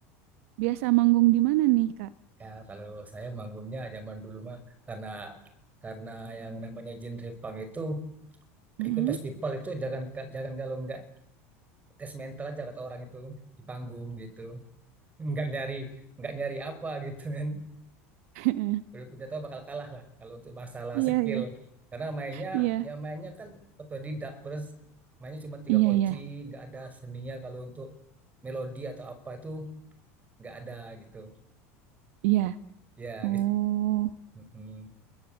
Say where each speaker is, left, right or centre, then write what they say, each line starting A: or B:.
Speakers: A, on the right; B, on the right.
A: Biasa manggung di mana nih, Kak?
B: ya kalau saya manggungnya zaman dulu mah karena karena yang namanya genre punk itu
A: Mm-mm.
B: ikut festival itu jangan jangan kalau nggak tes mental aja kata orang itu di panggung gitu. Nggak nyari nggak nyari apa gitu kan.
A: <laughs>
B: Udah, udah tahu bakal kalah lah kalau untuk masalah
A: Iya
B: skill.
A: iya
B: Karena mainnya
A: iya
B: yang mainnya kan otodidak terus mainnya cuma tiga
A: iya
B: kunci,
A: iya
B: nggak ada seninya kalau untuk melodi atau apa itu nggak ada gitu.
A: iya.
B: ya
A: Oh,
B: gitu Mm-mm.